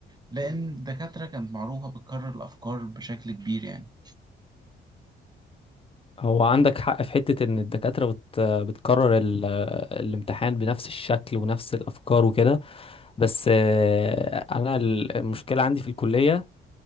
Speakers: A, on the right; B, on the left.
A: لأن الدكاترة كانت معروفة بتكرر الأفكار بشكل كبير يعني
B: هو عندك حق في حته ان الدكاتره بت بتكرر ال- الامتحان بنفس الشكل ونفس الافكار وكده بس آه، انا المشكله عندي في الكليه